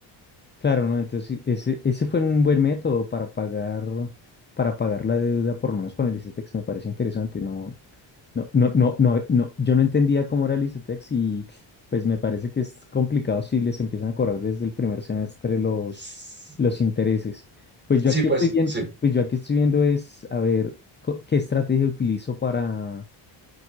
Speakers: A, on the left; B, on the right.
A: Claro, ¿no? Entonces, sí, ese, ese fue un buen método para pagar, para pagar la deuda, por lo menos con el ICETEX, me parece interesante. No, no, no, no, no, no, yo no entendía cómo era el ICETEX y pues me parece que es complicado si les empiezan a cobrar desde el primer semestre los,
B: S-
A: los intereses. Pues yo
B: Sí,
A: aquí
B: pues
A: estoy bien,
B: sí,
A: pues yo aquí estoy viendo es a ver co- qué estrategia utilizo para,